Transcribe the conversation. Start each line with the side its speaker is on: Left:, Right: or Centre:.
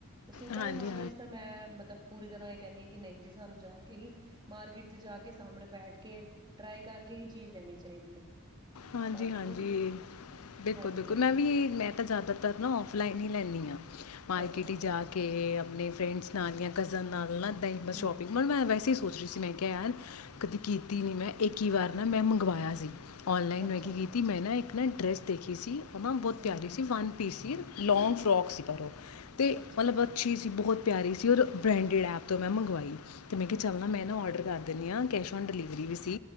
Right: ਸੂਟਾਂ
Left: ਹਾਂਜੀ
Right: ਦੇ ਮਾਮਲੇ ਚ ਤਾਂ ਮੈਂ ਮਤਲਬ ਪੂਰੀ ਤਰ੍ਹਾਂ ਹੀ ਕਹਿੰਦੀ ਹੈ ਕਿ ਨਹੀਂ ਜੇ ਸਾਨੂੰ ਜਾ ਕੇ ਹੀ ਮਾਰਕੀਟ ਚ ਜਾ ਕੇ ਸਾਹਮਣੇ ਬੈਠ ਕੇ ਟਰਾਈ ਕਰਕੇ ਹੀ ਚੀਜ਼ ਲੈਣੀ ਚਾਹੀਦੀ ਹੈ
Left: ਹਾਂਜੀ
Right: ਬਾਕੀ
Left: ਹਾਂਜੀ
Right: ਕੁਛ
Left: ਬਿਲਕੁਲ
Right: ਹਾਂਜੀ
Left: ਬਿਲਕੁਲ ਮੈਂ ਵੀ ਮੈਂ ਤਾਂ ਜ਼ਿਆਦਾਤਰ ਨਾ ਆਫਲਾਈਨ ਹੀ ਲੈਂਦੀ ਹਾਂ ਮਾਰਕੀਟ
Right: ਅੱਛਾ, ਅੱਛਾ
Left: ਹੀ ਜਾ ਕੇ ਆਪਣੇ ਫਰੈਂਡਸ ਨਾਲ ਜਾਂ ਕਜ਼ਨ ਨਾਲ ਸ਼ੋਪਿੰਗ
Right: ਹੂੰ, ਹੂੰ
Left: ਮੈਂ ਵੈਸੇ ਸ ਸੀ ਮੈਂ ਕਿਹਾ ਯਾਰ ਕਦੇ ਕੀਤੀ ਨੀ ਮੈਂ ਇੱਹ ਕਿਊ ਆਰ ਨਾ ਮੈਂ ਮੰਗਵਾਇਆ ਸੀ ਔਨਲਾਈਨ
Right: ਅੱਛਾ
Left: ਮੈਗੀ ਕੀਤੀ ਮੈਂ ਨਾ ਇੱਕ ਮੈਂ ਡਰੈਸ ਦੇਖੀ ਸੀ ਉਹ ਨਾ ਬਹੁਤ
Right: ਹੂੰ,
Left: ਪਿਆਰੀ ਸੀ ਫਨ ਪੀ ਸੀ ਲੌਂਗ ਫਰੋਕਸ ਕਰੋ ਲੌਂਗ ਅਤੇ
Right: ਅੱਛਾ,
Left: ਮਤਲਬ
Right: ਅੱਛਾ
Left: ਅੱਛੀ ਸੀ ਬਹੁਤ ਪਿਆਰੀ ਸੀ ਔਰ ਬਰੈਂਡਡ ਐਪ ਤੋਂ ਮੈਂ ਮੰਗਵਾਈ ਤੇ ਮੈਂ ਕਿਹਾ
Right: ਹੂੰ,
Left: ਚੱਲਣਾ ਮੈਂਨਾ ਔਡਰ ਕਰ ਦਿੰਦੇ ਹਾਂ ਕੈਸ਼ ਔਨ ਡਿਲਵਰੀ ਵੀ ਸੀ